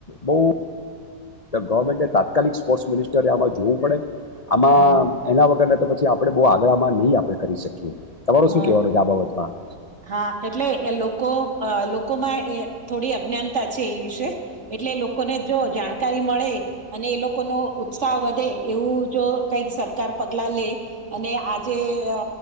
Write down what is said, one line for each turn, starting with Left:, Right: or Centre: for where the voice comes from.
Left: બહુ ગવર્મેન્ટ તાત્કાલિક સ્પોર્ટ્સ મિનિસ્ટરે આમાં જોવું પડે આમાં
Right: હમ
Left: એના વગર ને તો પછી આપણે બહુ આગળમાં નહીં આપડણે કરી શકીએ તમારુ
Right: હા
Left: શું કેવાનું
Right: હા
Left: છે આ બાબતમાં
Right: હા એટલે લોકો અ લોકોમાં થોડી અજ્ઞાનતા છે એ વિશે એટલે લોકોને જો જાણકારી મળે અને એ લોકોનો ઉત્સાહ વધે એવું જો કઈક સરકાર પગલા લે અને આજે અ